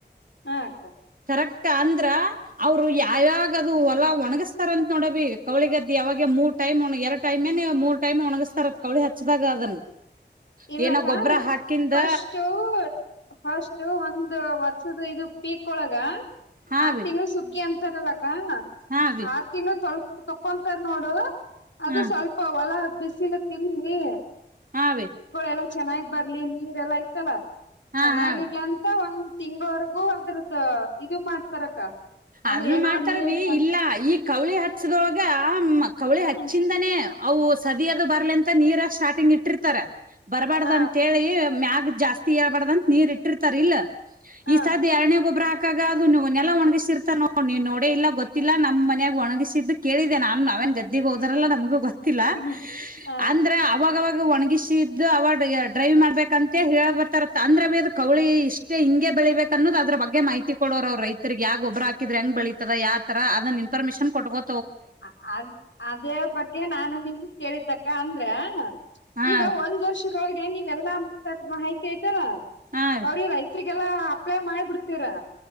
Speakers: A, on the left; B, on the right.
A: ಹಾ ಅಕ್ಕ
B: ಕರೆಕ್ಟ್ ಅಂದ್ರ ಅವ್ರು ಯಾವ ಯಾವಾಗ ಅದು ಹೊಲ್ಲಾ ಒಣಗಿಸಸ್ತಾರಂತ ನೋಡ ಬೀ ಕವಳಿ ಗದ್ದೆ ಯಾವಾಗ ಮೂರ್ ಟೈಮ್ ಒ ಎರಡು ಟೈಮೇ ನೀವು ಮೂರ್ ಟೈಮ್ ಒಣಗಿಸ್ತರಂತ ಕವಳಿ ಹಚ್ಚ್ದಾಗ ಅದನ್
A: ಇಲ್ಲಕ್ಕ
B: ಏನ ಗೊಬ್ಬರ ಹಾಕಿಂದ
A: ಫಸ್ಟು ಫಸ್ಟ್ ಒಂದು ವರ್ಷದ ಇದು ಪೀಕ್ ಒಳಗ
B: ಹಾ
A: ಆ
B: ವಿ
A: ತಿಂಗಳು ಸುಗ್ಗಿ ಅಂತ ತರಲಾಕ್ ಗಾ
B: ಹಾ ವಿ
A: ಆರ್ ತಿಂಗ್ಳು ತೋಲ್ಗ್ ಕೊ ತಕೊಂತರ್ ನೋಡು. ಅದು
B: ಹಾ
A: ಸ್ವಲ್ಪ ಹೊಲ. ಬಿಸಿಲು ತಿನ್ರಿ.
B: ಹಾ ಅವಿ.
A: ಲ್ಲ ಚೆನ್ನಾಗಿ ಬರ್ಲಿ ನೀರ್ ಎಲ್ಲಾ ಐತ್ತಲ್ಲ.
B: ಹಾ
A: ಚೆನ್ನಾಗಿರ್ಲ
B: ಹಾ ವಿ
A: ಅಂತ ಒಂದ್ ತಿಂಗ್ವರ್ಗೂ ಅದ್ರದ ಇದು ಮಾಡ್ತಾರಕ್ಕ. ಅಂದ್ರೆ
B: ಆದ್ರು
A: ಏನೋ
B: ಮಾಡ್ತಾರವಿ
A: ನೀರ್
B: ಇಲ್ಲ ಈಗ್ ಕೌಳಿ ಹಚ್ಚದೊಳ್ಗ ಮ್ ಕೌಳಿ ಹಚ್ಚಿಂದನೇ.
A: ಹ್ಮ್
B: ಅವು ಸದಿಯದು ಬರ್ಲಿ ಅಂತ ನೀರ ಸ್ಟಾರ್ಟಿಂಗ್ ಇಟ್ಟಿರ್ತಾರ. ಬರ್ಬಾರ್ದ್
A: ಹ
B: ಅಂತೇಳಿ ಮ್ಯಾಗ್ ಜಾಸ್ತಿ ಹೇಳ್ ಬಾರ್ದಂತ ನೀರ್ ಇಟ್ಟಿರ್ತರ್ ಇಲ್ಲೋ.
A: ಹ
B: ಈ ಸದ್ ಎರ್ಡ್ನೆ ಗೊಬರಾ ಕ ಗ ಅದುನು ನೆಲ ಒಣ್ಗಿಸಿರ್ ತರ್ ನೋಡೆ ಇಲ್ಲ ಗೊತ್ತಿಲ್ಲ ನಮ್ ಮನ್ಯಾಗ್ ಒಣ್ಗಿಸಿದ್ದು ಕೇಳಿದೆ ನಾನು ನಾವೇನ್ ಗದ್ದಿಗ್ ಹೋದ್ರಲ್ ನಮ್ಗ ಗೊತ್ ತ್ತಿಲ್ಲ
A: ಹ್ಮ್ ಹ
B: ಅಂದ್ರೆ ಅವಾಗ್ ಗವಾಗ್ ಒಣ್ಗಿಷಿದ್ದು ಅವ ಡೈವ್ ಮಾಡ್ಬೇಕಂತ ಹೇಳ್ಬರ್ತಾರ ಅಂದ್ರ ಅಬಿ ಕೌಳಿ ಇಷ್ಟೇ ಹಿಂಗೆ ಬೆಳಿಬೇಕ ಅನ್ನೋದು ಅದ್ರ ಬಗ್ಗೆ ಮಾಹಿತಿ ಕೊಡೋರು ಅವ್ರ ರೈತರಿಗೆ ಯ ಒಬ್ಬರಾಕ್ ಕಿದ್ರೆ ಹೆಂಗ್
A: ಹ
B: ಬೆಳಿತದ ಯ ತರ ಅದನ್ ಇನ್ಫರ್ಮೇಶಷನ್ ಕೊಟ್ಬೋ
A: ಆ ಅದ್ ಅದೇ ಬಗ್ಗೆ ನಾನು ನಿಮ್ಗ್ ಕೇಳಿದ್ದಕ್ಕ ಅಂದ್ರೆ ಹಾ
B: ಹಾ
A: ಈಗ ಒಂದ್ ವರ್ಷದೊಳಗೆ ನೀವ್ ಎಲ್ಲ <unintelligible> ಮಾಹಿತಿ. ಇತರ
B: ಹಾ ರೀ
A: ಅವ್ರಿಗ್ ರೈತ್ರಿಗ್ ಈಗೆಲ್ಲ ಅಪ್ಲೈ ಮಾಡ್ ಬಿಡ್ತೀರಾ.